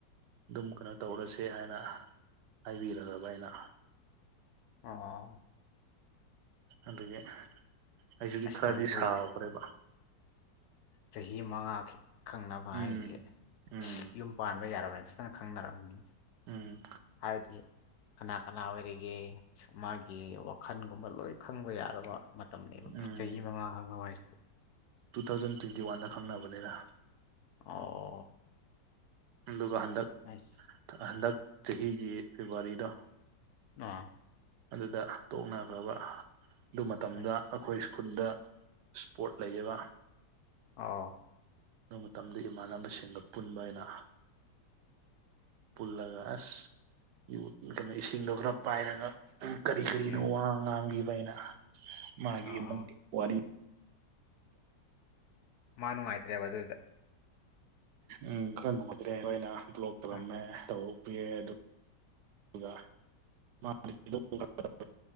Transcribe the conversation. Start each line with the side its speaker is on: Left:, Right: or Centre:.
Right: ꯑꯗꯨꯝ ꯀꯩꯅꯣ ꯇꯧꯔꯁꯦ ꯍꯥꯏꯅ ꯍꯥꯏꯕꯤꯔꯕ ꯑꯩꯅ
Left: ꯑꯣ
Right: ꯑꯗꯨꯒꯤ ꯑꯩꯁꯨꯗꯤ
Left: ꯑꯁ
Right: ꯈꯔꯗꯤ
Left: ꯌꯥꯝ ꯀꯨꯏꯅꯦ
Right: ꯁꯥꯎꯈ꯭ꯔꯦꯕ
Left: ꯆꯍꯤ ꯃꯉꯥ ꯈꯪꯅꯕ
Right: ꯎꯝ
Left: ꯍꯥꯏꯁꯦ
Right: ꯎꯝ
Left: ꯌꯨꯝ ꯄꯥꯟꯕ ꯌꯥꯔꯕꯅꯤ ꯐꯖꯅ ꯈꯪꯅꯔꯕꯅꯤ
Right: ꯎꯝ
Left: ꯍꯥꯏꯕꯗꯤ ꯀꯅꯥ ꯀꯅꯥ ꯑꯣꯏꯔꯤꯒꯦ ꯃꯥꯒꯤ ꯋꯥꯈꯜꯒꯨꯝꯕ ꯂꯣꯏ ꯈꯪꯕ ꯌꯥꯔꯕ ꯃꯇꯝꯅꯦꯕ
Right: ꯎꯝ
Left: ꯆꯍꯤ ꯃꯉꯥ ꯈꯪꯅꯕ ꯍꯥꯏꯁꯦ
Right: ꯇꯨ ꯊꯥꯎꯖꯟ ꯇ꯭ꯋꯦꯟꯇꯤ ꯋꯥꯟꯗ ꯈꯪꯅꯕꯅꯤꯗ
Left: ꯑꯣ
Right: ꯑꯗꯨꯒ ꯍꯟꯗꯛ
Left: ꯑꯩꯁ
Right: ꯍꯟꯗꯛ ꯆꯍꯤꯒꯤ ꯐꯦꯕꯨꯋꯥꯔꯤꯗꯣ
Left: ꯑꯥ
Right: ꯑꯗꯨꯗ ꯇꯣꯛꯅꯒ꯭ꯔꯕ ꯑꯗꯨ ꯃꯇꯝꯗ
Left: ꯑꯁ
Right: ꯑꯩꯈꯣꯏ ꯁ꯭ꯀꯨꯜꯗ ꯏꯁꯄꯣꯔꯠ ꯂꯩꯌꯦꯕ
Left: ꯑꯧ
Right: ꯑꯗꯨ ꯃꯇꯝꯗ ꯏꯃꯥꯟꯅꯕꯁꯤꯡꯒ ꯄꯨꯟꯕ ꯑꯩꯅ ꯄꯨꯜꯂꯒ ꯑꯁ ꯌꯨ ꯀꯩꯅꯣ ꯏꯁꯤꯡꯗꯣ ꯈꯔ ꯄꯥꯏꯔꯒ ꯀꯔꯤ ꯀꯔꯤꯅꯣ
Left: ꯎꯝ
Right: ꯋꯥ ꯉꯥꯡꯕꯤꯕ ꯑꯩꯅ ꯃꯥꯒꯤ
Left: ꯑꯣ
Right: ꯏꯃꯨꯡꯒꯤ ꯋꯥꯔꯤ
Left: ꯃꯥ ꯅꯨꯡꯉꯥꯏꯇ꯭ꯔꯦꯕ ꯑꯗꯨꯗ
Right: ꯎꯝ ꯈꯔ ꯅꯨꯡꯉꯥꯏꯇꯦ ꯑꯗꯣ ꯑꯩꯅ ꯕ꯭ꯂꯣꯛ ꯇꯧꯔꯝꯃꯦ
Left: ꯑꯥ
Right: ꯇꯧꯄꯤꯌꯦꯗꯨ <unintelligible>